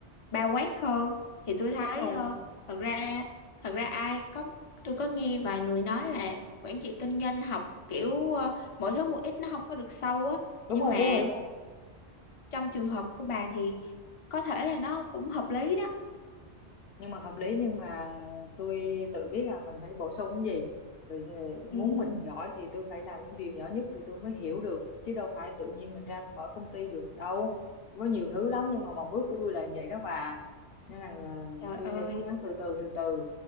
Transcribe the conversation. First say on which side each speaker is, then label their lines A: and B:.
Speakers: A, on the left; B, on the left.
A: bao quát hơn. Thì tôi thấy
B: đúng rồi.
A: ờ, thật ra thật ra ai có tôi có nghe vài người nói là quản trị kinh doanh học kiểu ờ, mỗi thứ một ít nó không có được sâu á
B: đúng
A: nhưng
B: rồi
A: mà
B: đúng rồi đúng rồi
A: trong trường hợp của bà thì có thể là nó cũng hợp lý đó
B: nhưng mà hợp lý nhưng mà tôi tự biết là mình phải bổ sung cái gì vậy thì
A: ừ
B: muốn mình giỏi thì tôi phải làm những điều nhỏ nhất thì tôi mới hiểu được chứ đâu phải tự nhiên mình ra mình mở công ty được đâu có nhiều thứ lắm nhưng mà mong ước của tôi là như vậy đó bà nên là, là
A: trời
B: tôi
A: ơi
B: sẽ cố gắng từ từ từ từ